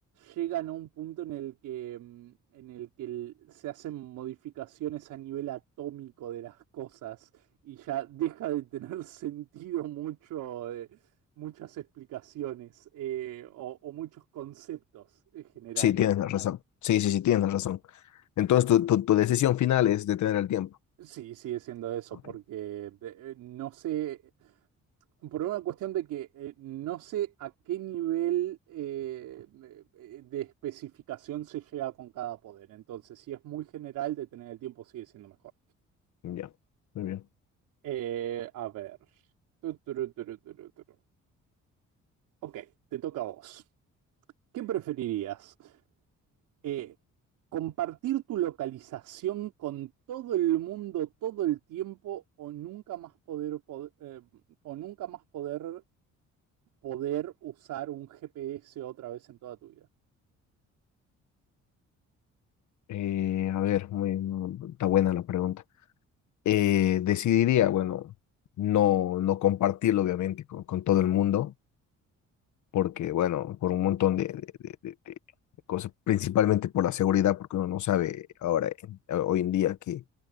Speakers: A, on the right; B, on the left.
A: llegan a un punto en el que, mm, en el que el- se hacen modificaciones a nivel atómico de las cosas y ya deja de tener <laughs> sentido mucho, eh, muchas explicaciones eh, o, o muchos conceptos eh, generales.
B: Sí, tienes la razón. Sí, sí, sí, tienes la razón. Entonces, tu, tu, tu decisión final es detener el tiempo.
A: Sí, sigue siendo eso,
B: Ok,
A: porque eh, no sé. Por una cuestión de que eh, no sé a qué nivel eh, de de especificación se llega con cada poder. Entonces, si es muy general, detener el tiempo sigue siendo mejor.
B: ya, muy bien.
A: Eh, a ver. Tu, turu, turu, turu, turu. Ok, te toca a vos. ¿Qué preferirías? Eh, ¿compartir tu localización con todo el mundo todo el tiempo o nunca más poder, pod- eh, o nunca más poder, poder usar un GPS otra vez en toda tu vida?
B: Eh, a ver, muy, no, está buena la pregunta. Eh, decidiría, bueno, no, no compartirlo, obviamente, con, con todo el mundo, porque, bueno, por un montón de, de- de- de- de cosas, principalmente por la seguridad, porque uno no sabe ahora, en- hoy en día, qué,